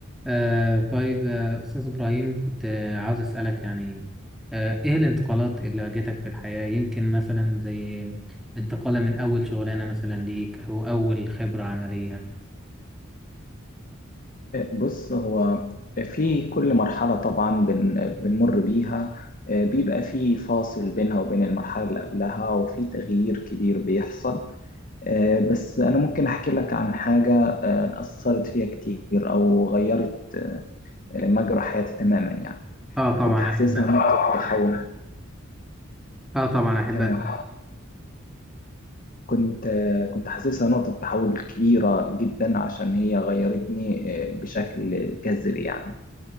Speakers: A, in the centre; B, on the left.
A: آه طيب آه أستاذ إبراهيم كنت آه عاوز أسألك يعني آه إيه الانتقالات اللي واجهتك في الحياة يمكن مثلا زي انتقالة من أول شغلانة مثلا ليك أو أول خبرة عملية
B: بص هو في كل مرحلة طبعا بن بنمر بيها آه، بيبقى في فاصل بينها وبين المرحلة اللي قبلها وفي تغيير كبير بيحصل آه، بس أنا ممكن أحكي لك عن حاجة آه، أثرت فيها كتير أو غيرت آه، مجرى حياتي تماما يعني
A: آه طبعا
B: كنت حاسسها
A: أحب
B: نقطة تحول
A: آه طبعا أحب
B: تمام
A: أسمع.
B: كنت آه، كنت حاسسها نقطة تحول كبيرة جدا عشان هي غيرتني آه، بشكل جذري يعني